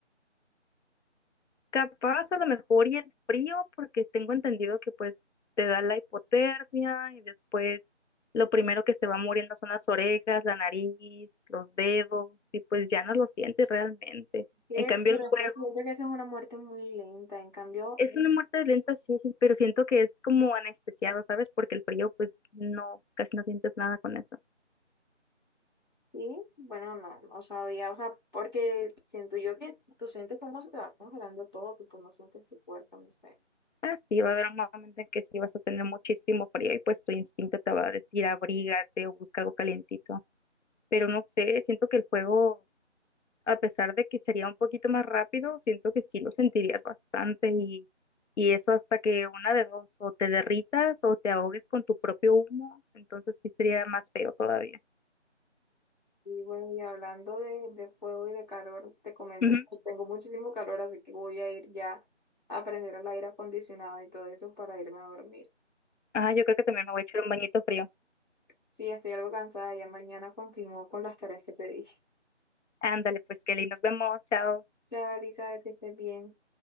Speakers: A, on the left; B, on the left.
A: Capaz a lo mejor y el frío, porque tengo entendido que pues te da la hipotermia y después lo primero que se va muriendo son las orejas, la nariz, los dedos y pues ya no lo sientes realmente.
B: ¿Qué?
A: En cambio
B: Pero
A: el
B: es
A: fuego
B: que siento que esa es una muerte muy lenta. En cambio,
A: es una muerte lenta, sí, sí, pero siento que es como anestesiado, ¿sabes? Porque el frío pues no, casi no sientes nada con eso.
B: sí, bueno, no, no sabía. O sea, porque siento yo que tú sientes cómo se te va congelando todo, tipo, no sientes tu cuerpo, no sé.
A: Ah, sí, va a haber un momento en que sí vas a tener muchísimo frío y pues tu instinto te va a decir abrígate o busca algo calientito. Pero no sé, siento que el fuego a pesar de que sería un poquito más rápido, siento que sí lo sentirías bastante y, y eso hasta que una de dos, o te derritas o te ahogues con tu propio humo, entonces sí sería más feo todavía.
B: Sí, bueno, y hablando de, de fuego y de calor, te comento
A: Ujú.
B: que tengo muchísimo calor, así que voy a ir ya a prender el aire acondicionado y todo eso para irme a dormir.
A: Ah, yo creo que también me voy a echar un bañito frío.
B: Sí, estoy algo cansada. Ya mañana continúo con las tareas que te dije.
A: Ándale, pues Kelly, nos vemos, chao.
B: Chao, Elizabeth, que estés bien.